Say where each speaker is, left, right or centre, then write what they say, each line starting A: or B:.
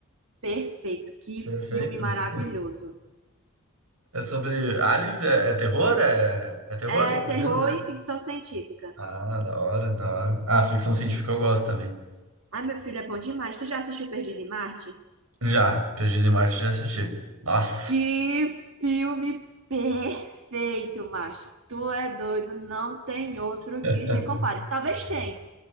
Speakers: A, on the right; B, on the right.
A: Perfeito, que
B: Perfeito.
A: filme maravilhoso.
B: né? É sobre aliens? É, é terror? É, é terror?
A: É
B: Imagino,
A: terror
B: né?
A: e ficção científica.
B: Ah, da hora, da hora. Ah, ficção científica eu gosto também.
A: Ai, meu filho, é bom demais. Tu já assistiu Perdido em Marte?
B: Já, Perdido em Marte já assisti. Nossa.
A: Que filme perfeito, macho. Tu é doido, não tem outro
B: <laughs>
A: que se compare. Talvez tenha.